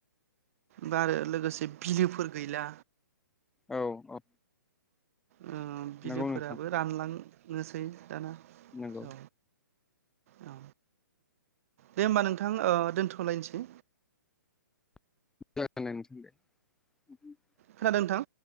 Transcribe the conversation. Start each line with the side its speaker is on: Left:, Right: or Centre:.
Right: बा आरो लोगोसे बिलोफोर गैला।
Centre: औ औ
Right: ओ बिलोफोराबो
Centre: नंगौ नोंथां
Right: रानलां नोसै दाना
Centre: नंगौ
Right: औ। औ। दे होमबा नोंथां ओ दोनथ'लायनोसै।
Centre: <unintelligible>
Right: खोनादों नोंथां।